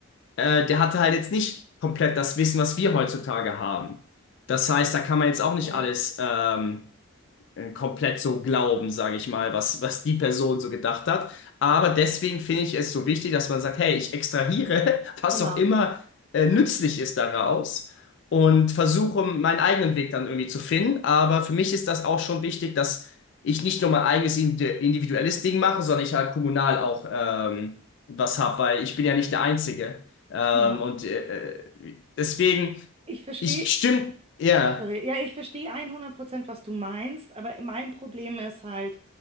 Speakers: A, on the left; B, on the right.
A: äh, der hatte halt jetzt nicht komplett das Wissen, was wir heutzutage haben. Das heißt, da kann man jetzt auch nicht
B: Ja,
A: alles ähm, äh, komplett so glauben, sage ich mal, was, was die Person so gedacht hat. Aber deswegen finde ich es so wichtig, dass man sagt, hey, ich extrahiere, <laughs> was
B: genau.
A: auch immer äh, nützlich ist daraus und versuche meinen eigenen Weg dann irgendwie zu finden. Aber für mich ist das auch schon wichtig, dass ich nicht nur mein eigenes indi- individuelles Ding mache, sondern ich halt kommunal auch ähm, was habe, weil ich bin ja nicht der Einzige. Ähm,
B: Genau.
A: und äh, äh, deswegen,
B: Ich verstehe.
A: ich stimme, ja.
B: Sorry. Ja, ich verstehe 100%, was du meinst, aber mein Problem ist halt,